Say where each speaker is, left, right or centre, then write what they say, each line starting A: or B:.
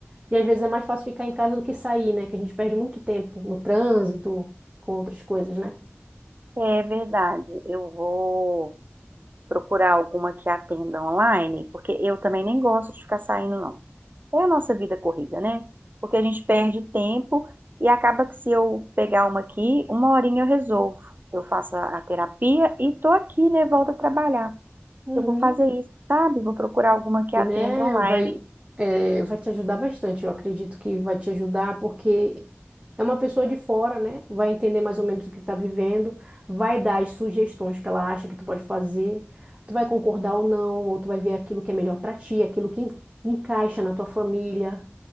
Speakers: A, on the right (about 25°); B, on the right (about 45°).
A: E às vezes é mais fácil ficar em casa do que sair, né? Que a gente perde muito tempo no trânsito, com outras coisas, né?
B: É verdade. Eu vou procurar alguma que atenda online, porque eu também nem gosto de ficar saindo, não. É a nossa vida corrida, né? Porque a gente perde tempo e acaba que se eu pegar uma aqui, uma horinha eu resolvo. Eu faço a a terapia e tô aqui, né? Volto a trabalhar.
A: Uhum.
B: Eu vou fazer isso, sabe? Vou procurar alguma que
A: Né?
B: atenda online.
A: Vai, é, vai te ajudar bastante, eu acredito que vai te ajudar, porque é uma pessoa de fora, né? Vai entender mais ou menos o que está vivendo, vai dar as sugestões que ela acha que tu pode fazer, tu vai concordar ou não, ou tu vai ver aquilo que é melhor para ti, aquilo que en- encaixa na tua família.